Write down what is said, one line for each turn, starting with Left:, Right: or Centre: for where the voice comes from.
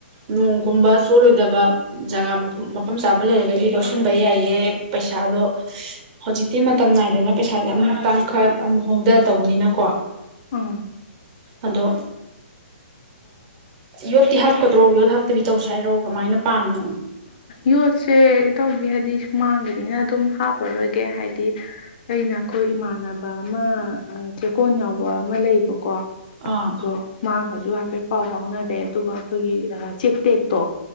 Right: ꯅꯣꯡꯒꯨꯝꯕ ꯆꯣꯠꯂꯣꯏꯗꯕ ꯖꯒꯥ ꯃꯐꯝ ꯆꯥꯕ ꯂꯩꯔꯒꯗꯤ ꯂꯧꯁꯤꯟꯕ ꯌꯥꯏꯑ ꯄꯩꯁꯥꯗꯣ ꯍꯧꯖꯤꯛꯇꯤ ꯃꯇꯝ ꯅꯥꯏꯗꯅ ꯄꯩꯁꯥꯗꯤ ꯑꯃꯨ ꯇꯥꯡꯈ ꯑꯃꯨꯛ ꯍꯣꯡꯊ ꯇꯧꯕꯅꯤꯅꯀꯣ
Left: ꯎꯝ
Right: ꯑꯗꯣ ꯌꯣꯠꯇꯤ ꯍꯥꯞꯀꯗ꯭ꯔꯣ ꯌꯣꯠ ꯍꯥꯞꯇꯕꯤ ꯇꯧꯁ ꯍꯥꯏꯔꯣ ꯀꯃꯥꯏꯅ ꯄꯥꯝꯃꯤꯅꯣ ꯎ
Left: ꯌꯣꯠꯁꯦ ꯇꯧꯕꯤ ꯍꯥꯏꯗꯤ ꯁꯨꯃꯥꯡꯒꯤꯅꯤꯅ ꯑꯗꯨꯝ ꯍꯥꯞꯄꯔꯣꯏꯒꯦ ꯍꯥꯏꯗꯤ ꯑꯩꯅ ꯑꯩꯈꯣꯏ ꯏꯃꯥꯟꯅꯕ ꯑꯃ ꯆꯦꯛꯀꯣꯟ ꯌꯥꯎꯕ ꯂꯩꯕꯀꯣ
Right: ꯑꯥ
Left: ꯑꯣꯒ ꯍꯥꯏꯐꯦꯠ ꯄꯥꯎ ꯐꯥꯎꯅ ꯦ ꯑꯗꯨꯒ ꯑꯩꯈꯣꯏꯒꯤ ꯆꯦꯛ ꯇꯦꯛꯇꯣ